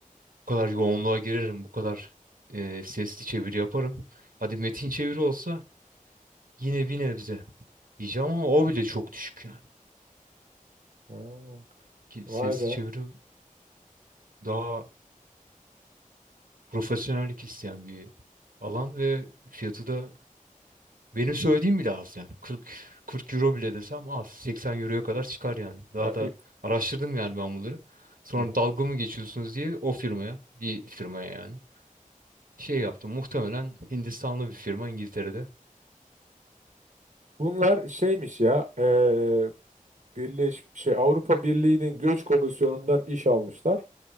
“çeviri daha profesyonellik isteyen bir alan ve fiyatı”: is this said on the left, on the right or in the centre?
Right